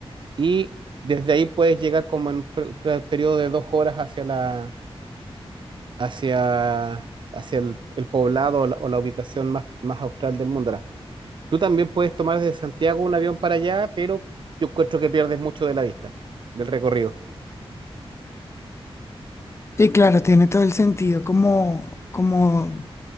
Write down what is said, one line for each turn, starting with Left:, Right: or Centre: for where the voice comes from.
Right: Y desde ahí puedes llegar como en un per- per- periodo de dos horas hacia la, hacia, hacia el, el poblado o la, o la ubicación más, más austral del mundo. Ahora, tú también puedes tomar desde Santiago un avión para allá, pero yo encuentro que pierdes mucho de la vista, del recorrido.
Left: Sí, claro, tiene todo el sentido, como, como